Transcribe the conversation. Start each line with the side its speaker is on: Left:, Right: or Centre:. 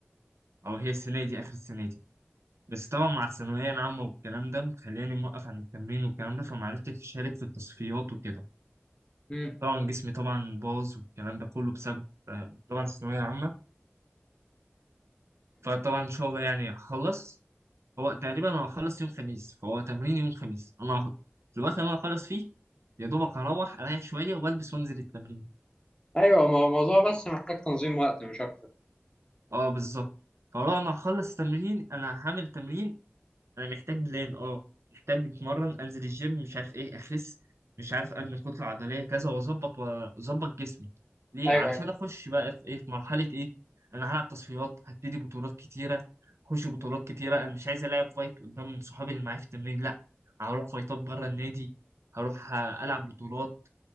Right: او هي السنة دي اخر السنة دي بس طبعا مع الثانوية العامة والكلام ده خلاني موقف عن التمرين والكلام ده فمعرفتش أشارك في التصفيات وكده
Left: امم
Right: طبعا جسمي طبعا باظ والكلام ده كله بسبب آه، طبعا الثانوية عامة فطبعا إن شاء الله يعني هخلص هو تقريبا أنا هخلص يوم خميس فهو تمرين يوم خميس أنا ه- في الوقت اللي أنا هخلص فيه يا دوبك هروح أريح شوية وألبس وأنزل التمرين
Left: ايوه ما هو الموضوع بس محتاج تنظيم وقت مش اكتر
Right: أه بالظبط فلو أنا هخلص التمرين أنا هعمل تمرين انا محتاج بلان اه محتاج اتمرن انزل الجيم مش عارف ايه اخس مش عارف ابني كتله عضليه كذا واظبط واظبط جسمي ليه
Left: ايوه
Right: علشان
Left: ايوه
Right: اخش بقى في ايه في مرحله ايه انا هلعب تصفيات هبتدي بطولات كتيره اخش بطولات كتيره انا مش عايز العب فايت قدام صحابي اللي معايا في التمرين لا هروح فايتات بره النادي هروح العب بطولات